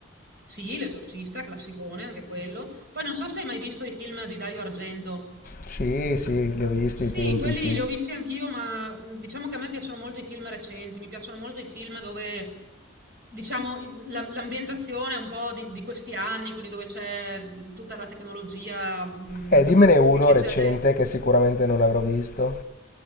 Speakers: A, on the right; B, on the left.
A: Sì, L'esorcista, classicone anche quello. Poi non so se hai mai visto i film di Dario Argento.
B: sì, sì, li ho visti
A: Sì,
B: ai tempi,
A: quelli
B: sì.
A: li ho visti anch'io, ma mh, diciamo che a me piacciono molto i film recenti, mi piacciono molto i film dove, diciamo, i- la- l'ambientazione è un po' di, di questi anni, quindi dove c'è mh, tutta la tecnologia mh,
B: Eh, dimmene uno
A: che che c'è
B: recente
A: adesso.
B: che sicuramente non avrò visto.